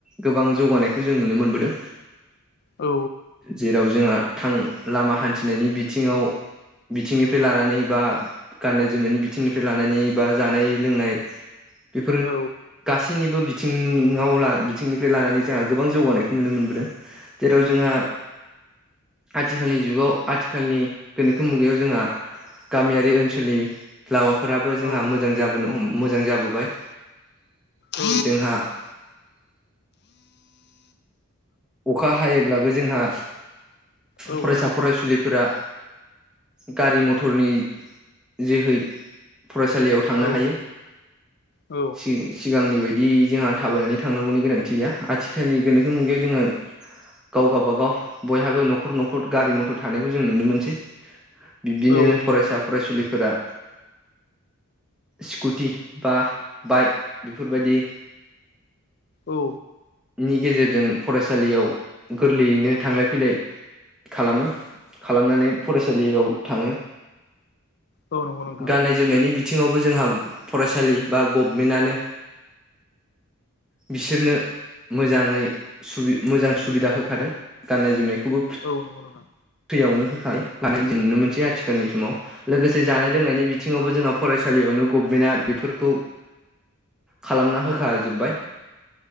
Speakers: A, in the centre; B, on the left (about 50°).
A: गोबां जौगानायखौ जों नुनो मोनबोदों
B: औ
A: जेराव जोंहा थां लामा हान्थिनायनि बिथिङाव बिथिंनिफ्राय लानानै बा गाननाय जोमनायनि बिथिंनिफ्राय लानानै बा जानाय लोंनाय बेफोरो
B: औ
A: गासै निबो बिथिङाव ला बिथिंनिफ्राय लानानै जोंहा गोबां जौगानायखौ नुनो मोनबोदों। जेराव जोंहा आथिखालनि जुगाव आथिखालनि गोनोखो मुगायाव जोंहा गामियारि ओनसोलनि लामा फोराबो जोंहा
B: औ
A: मोजां जाबोनो हम मोजां जाबोबाय।
B: औ
A: जोंहा <inaudible> अखा हायोब्लाबो जोंहा
B: औ
A: फरायसा
B: खोनादों
A: फरायसुलिफोरा गारि मथरनि जोहै फरायसालियाव थांनो
B: औ
A: हायो।
B: औ
A: सि-सिगांनि बायदि जोंहा थाबायनानै थांनांगौनि गोनांथि गैया आथिखालनि गोनोखो मुगायाव जोंहा गाव गावबागाव बयहाबो न'खर न'खर गारि मथर थानाय खौ जों नुनो मोनसै। बिब्दिनो
B: औ
A: फरायसा फरायसुलिफोरा स्कुटि बा बाइक बेफोरबायदि
B: औ।
A: नि गेजेरजों फरायसालियाव गोरलैयैनो थांलाय फैलाय खालामो खालामनानै फरायसालियाव थाङो।
B: औ नंगौ नोंथां
A: गाननाय जोमनायनि बिद थिङावबो जोंहा फरायसालि बा गभमेन्टनो बिसोरनो मोजाङै सुबि मोजां सुबिदा होखादों गाननाय जोमनाय खौबो फिट
B: औ नंगौ नोंथां
A: फ्रियावनो। <unintelligible> जों नुनो मोनसै आथिखालनि समाव। लोगोसे जानाय लोंनायनि बिथिङावबो
B: औ
A: जोंहा फरायसालियावनो गभमेन्टआ बेफोरखौ खालामना होखाजोब्बाय।